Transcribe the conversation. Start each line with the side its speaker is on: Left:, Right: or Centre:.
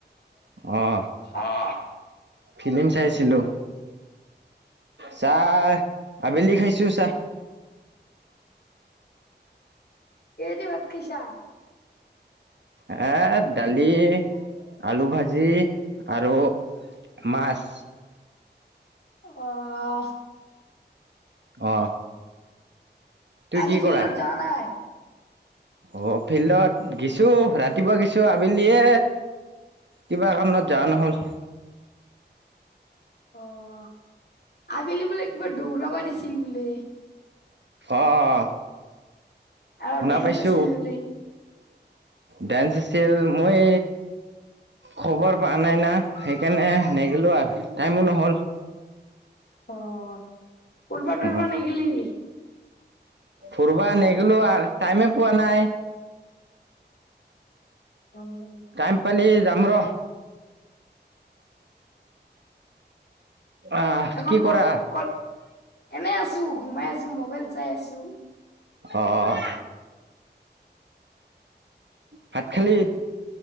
Right: অ'
Left: অ'
Right: ফিলিম চাইছিলোঁ, চাহ আবেলি খাইছোঁ চাহ।
Left: কিহে দি ভাত খাইছা?
Right: ভাত, দালি, আলু ভাজি আৰু মাছ।
Left: অ'
Right: অ' তুই
Left: আজি
Right: কি
Left: ফিল্ডত
Right: কৰা
Left: যাৱা নাই?
Right: অ', ফিল্ডত গেছোঁ, ৰাতিপুৱা গেছোঁ আবেলিয়ে কিবা কাৰণত যা নহ'ল।
Left: অ', আবেলি বোলে কিবা দৌৰা পাছিল বোলে।
Right: অ',
Left: আৰু
Right: শুনা
Left: ডেন্স
Right: পাইছোঁ।
Left: আছিল বোলে
Right: ডেন্স আছিল, মই খবৰ পোৱা নাই না, সেইকাৰণে নেগিলো আৰু, টাইমো নহ'ল।
Left: অ', ফুৰ্বা-টোৰবা
Right: অ
Left: নেগেলি?
Right: ফুৰবা নেগিলো আৰু, টাইমে পোৱা নাই। <inaudible>
Left: অ'।
Right: টাইম পালি যাম ৰ'। আহ
Left: এখন
Right: কি
Left: ক'ত-ক'ত,
Right: কৰা
Left: এনে আছোঁ, ঘুমাই আছোঁ, মবাইল চাই আছোঁ।
Right: অ', ভাত খালী?